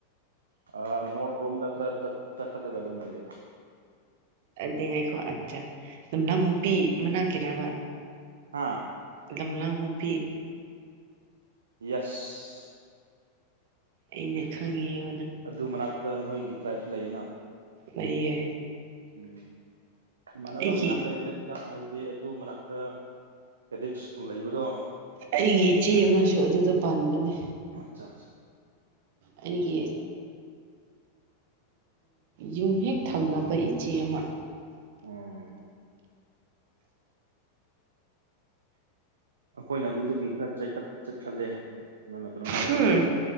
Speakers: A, on the right; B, on the right.
A: ꯑꯥ ꯅꯣꯠ ꯔꯣꯝꯗ ꯈꯔ ꯆꯠ ꯆꯥꯈꯠꯂꯒ ꯑꯗꯨꯝ ꯂꯩꯔꯦꯗ
B: ꯑꯗꯨꯉꯥꯏꯈꯣ ꯑꯠꯆꯥ ꯅꯨꯝꯗꯥꯡ ꯍꯨꯄꯤ ꯃꯅꯥꯛꯀꯤꯔꯕ
A: ꯍꯥꯥ
B: ꯂꯝꯂꯥꯡ ꯍꯨꯄꯤ
A: ꯌꯦꯁ
B: ꯑꯩꯅ ꯈꯪꯉꯤꯕꯅ
A: ꯑꯗꯨ ꯃꯅꯥꯛꯇ ꯅꯣꯏꯒꯤ ꯇ꯭ꯔꯥꯏꯞꯁꯨ ꯂꯩꯌꯦꯅ
B: ꯂꯩꯌꯦ
A: ꯎꯝ ꯏꯃꯥꯟꯅꯕ
B: ꯑꯩꯒꯤ
A: ꯃꯌꯥꯝ ꯂꯩꯕ꯭ꯔꯦ ꯍꯤꯗꯥꯛ ꯍꯥꯏꯕꯗꯤ ꯑꯗꯨ ꯃꯅꯥꯛꯇ ꯀꯦꯗꯤꯛ ꯁ꯭ꯀꯨꯜ ꯂꯩꯕꯗꯣ
B: ꯑꯩꯒꯤ ꯏꯆꯦ ꯑꯃꯁꯨ ꯑꯗꯨꯗ ꯄꯥꯟꯕꯅꯦ
A: ꯑꯠꯆꯥ ꯑꯆꯥ
B: ꯑꯩꯒꯤ ꯌꯨꯝ ꯍꯦꯛ ꯊꯪꯅꯕ ꯏꯆꯦ ꯑꯃ
A: ꯑꯣꯝ ꯑꯩꯈꯣꯏꯅ ꯑꯗꯨꯗꯒꯤ ꯈꯔ ꯆꯠꯈꯠꯂꯦ ꯅꯪꯅ ꯀꯩꯅꯣꯅꯔꯣꯝꯗ
B: ꯍꯝ